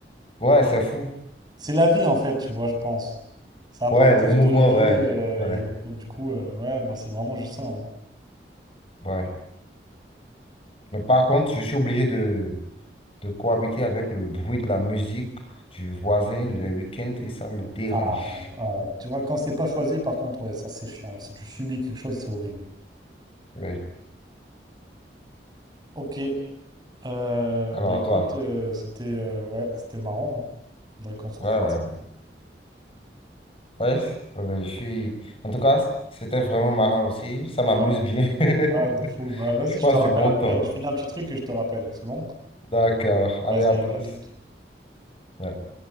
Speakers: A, on the left; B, on the right.
A: Ouais, c'est fou.
B: C'est la vie en fait, tu vois, je pense. Ça apporte
A: Ouais, le
B: juste
A: mouvement,
B: de la vie
A: ouais.
B: euh,
A: Ouais.
B: et Ouais. du coup, euh, ouais, bah, c'est vraiment juste ça. hein.
A: Ouais. Mais par contre, je suis obligé de, de cohabiter avec le bruit de la musique du voisin le week-end et ça me dérange.
B: Ah, ah, tu vois, quand c'est pas choisi, par contre, ouais, ça c'est chiant. Si tu subis quelque chose, c'est horrible.
A: Ouais.
B: Ok, euh,
A: Alors
B: bah écoute,
A: à toi.
B: euh, c'était euh, ouais, c'était marrant. hein. Faudrait qu'on se
A: Ouais,
B: refasse.
A: ouais, ouais. Ouais, c- ouais, je suis... En tout cas, c'était vraiment marrant aussi. Ça m'amuse
B: Alors,
A: bien. <laughs>
B: ouais, de fou. Bah vas-y,
A: Je passe
B: je te rappelle
A: du bon
B: après.
A: temps.
B: Je finis un petit truc et je te rappelle. C'est bon?
A: D'accord. Allez,
B: Vas-y,
A: à
B: allez,
A: plus.
B: à tout.
A: Ouais.